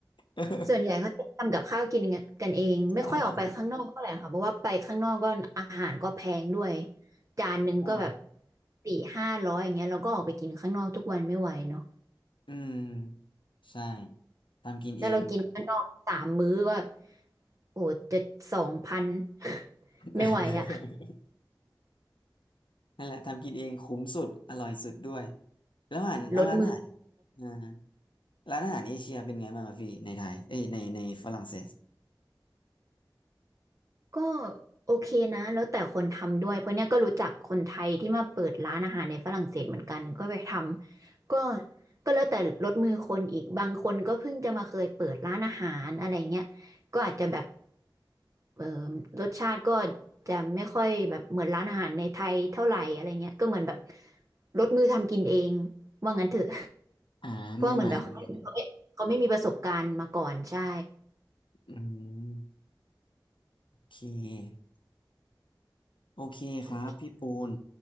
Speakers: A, on the left; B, on the right.
A: <laughs>
B: ส่วนใหญ่เขาจะทำกับข้าวกินกันกันเองไม่ค่อยออกไปข้างนอกเท่าไหร่ค่ะเพราะว่าไปข้างนอกก็อาหารก็แพงด้วย
A: ใช่
B: จานหนึ่งก็แบบ
A: อ่า
B: สี่ห้าร้อยอย่างเงี้ยเราก็ออกไปกินข้างนอกทุกวันไม่ไหวเนาะ
A: อืมใช่ทำกินเอง
B: แต่เรากินข้างนอกสามมื้อก็โอ้โหจะสองพัน <laughs>
A: <laughs>
B: ไม่ไหวอะ
A: นั่นแหละทำกินเองคุ้มสุดอร่อยสุดด้วยแล้วอาหารอ่ะร้านอาหาร
B: ลดมือ
A: อ่าร้านอาหารเอเชียเป็นไงบ้างอะพี่ในไทยเอ้ยในในฝรั่งเศส
B: ก็โอเคนะแล้วแต่คนทำด้วยเพราะเนี้ยก็รู้จักคนไทยที่มาเปิดร้านอาหารในฝรั่งเศสเหมือนกันก็ไปทำก็ก็แล้วแต่ลดมือคนอีกบางคนก็เพิ่งจะมาเคยเปิดร้านอาหารอะไรเงี้ยก็อาจจะแบบเออรสชาติก็จะไม่ค่อยแบบเหมือนร้านอาหารในไทยเท่าไหร่อะไรเงี้ยก็เหมือนแบบลดมือทำกินเองว่างั้นเถอะ
A: อ่ามือใหม่มือใหม่
B: เพื่อเหมือนแบบเขาเขาไม่เขาไม่มีประสบการณ์มาก่อนใช่
A: อืมโอเคโอเคครับพี่ปูน
B: โอเค